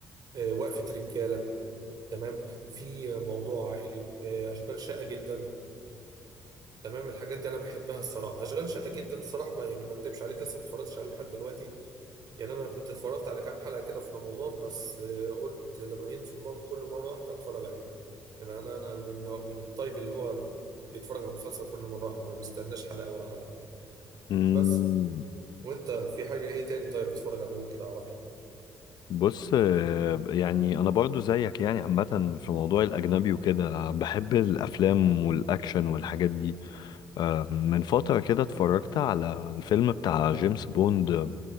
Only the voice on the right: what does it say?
آه، وقفه رجاله تمام في آه، موضوع عائلي آه، اشغال شاقه جدا تمام الحاجات دي انا بحبها الصراحه اشغال شاقه جدا الصراحه ما يعني ما اكدبش عليك لسه ما اتفرجتش عليه لحد دلوقتي يعني انا كنت اتفرجت على كام حلقه كده في رمضان بس آه، قلت لما ينزل مره كل مره واحده اتفرج عليه يعني انا انا من من الطيب اللي هو بيتفرج على المسلسل كل مره واحده ما بيستناش حلقه ورا حلقه
بس وانت في حاجه ايه تاني طيب بتتفرج عليه كده عربي